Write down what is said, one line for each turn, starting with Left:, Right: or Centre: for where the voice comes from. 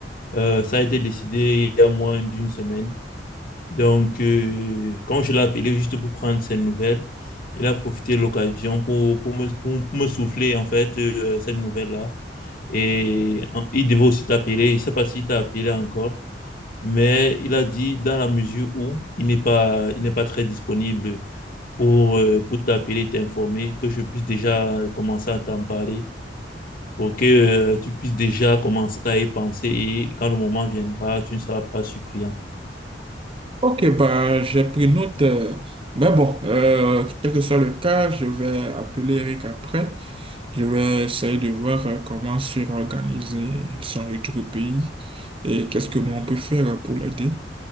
Left: Euh, ça a été décidé il y a moins d'une semaine. Donc, euh, quand je l'ai appelé juste pour prendre ses nouvelles, il a profité de l'occasion pour, pour, me, pour- pour me souffler, en fait, euh, cette nouvelle-là. Et en- il devait aussi t'appeler. Je ne sais pas s'il t'a appelé encore, mais il a dit, dans la mesure où il n'est pas, il n'est pas très disponible pour, euh, pour t'appeler et t'informer, que je puisse déjà commencer à t'en parler, pour que, euh, tu puisses déjà commencer à y penser. Et quand le moment viendra, tu ne seras pas surpris, en
Right: Ok, bah j'ai pris note. euh, mais bon, euh, quel que soit le cas, je vais appeler Eric après Je vais essayer de voir euh, comment se réorganiser son retour au pays et qu'est-ce que nous on peut faire pour l'aider